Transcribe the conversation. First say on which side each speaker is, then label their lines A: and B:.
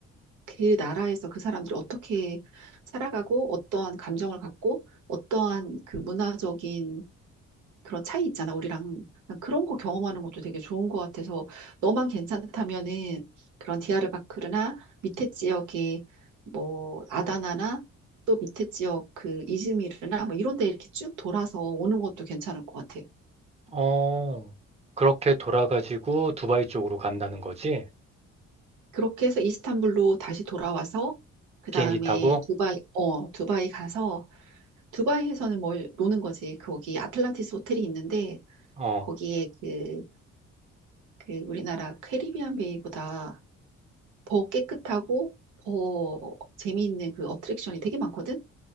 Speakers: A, on the right (about 80°); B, on the right (about 20°).
A: 그 나라에서 그 사람들이 어떻게 살아가고 어떠한 감정을 갖고 어떠한 그 문화적인 그런 차이 있잖아, 우리랑. 난 그런 거 경험하는 것도 되게 좋은 것 같아서 너만 괜찮다면은 그런 디아르바크르나 밑에 지역에 뭐 아다나나 또 밑에 지역 그 이즈미르나 뭐 이런 데 이렇게 쭉 돌아서 오는 것도 괜찮을 것 같아.
B: 어, 그렇게 돌아가지고 두바이 쪽으로 간다는 거지?
A: 그렇게 해서 이스탄불로 다시 돌아와서 그
B: 비행기
A: 다음에
B: 타고?
A: 두바이, 어, 두바이 가서 두바이에서는 뭘 노는 거지. 거기 아틀란티스 호텔이 있는데
B: 어,
A: 거기에 그, 그 우리나라 캐리비안 베이보다 더 깨끗하고 더 재미있는 그 어트랙션이 되게 많거든.